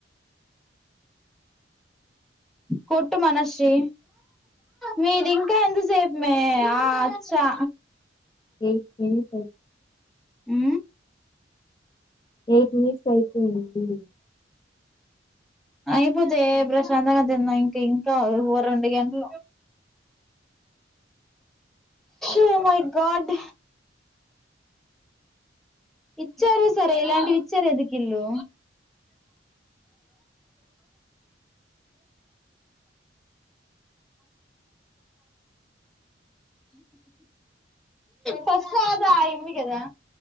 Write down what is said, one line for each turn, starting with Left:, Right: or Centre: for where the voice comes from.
Centre: కొట్టు మనర్షి మీది ఇంకా ఎంతసేపు మే ఆ ఆచ్చా
Left: ఏ మని స
Centre: అ
Left: ఎయిట్ మినిట్స్ అయిపోయింది
Centre: అయిపోతే ప్రశాంతంగా తిన్నాం ఇంక ఇంకా ఓ రెండు గంటలు ఓ మై గాడ్ ఇచ్చారు సరే ఇలాంటివి ఇచ్చారు ఎందుకు ఈళ్ళు ఫస్ట్ రాధా అయింది కదా